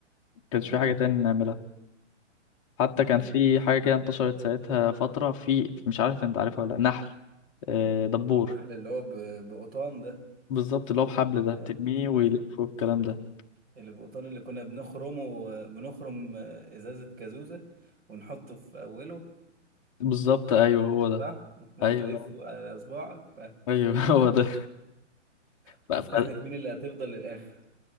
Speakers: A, on the left; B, on the right.
A: ما كانش
B: اه
A: في حاجة تاني نعملها حتى كان
B: مم.
A: في حاجة كده انتشرت ساعتها فترة في مش عارف انت عارفها ولا لأ، نحل آه، دبور
B: النحل اللي هو ب... بقطان ده
A: بالظبط اللي هو بحبل ده
B: اي
A: بترميه ويلف
B: اي
A: والكلام ده
B: اللي بقطان اللي كنا بنخرمه بنخرم ازازة كازوزة ونحطه في اوله
A: بالظبط ايوه هو ده
B: صح وتلف
A: ايوه
B: على صباعك ف...
A: ايوه <laughs> هو ده
B: وتشوف
A: ف... ف...
B: نحلة مين اللي هتفضل للآخر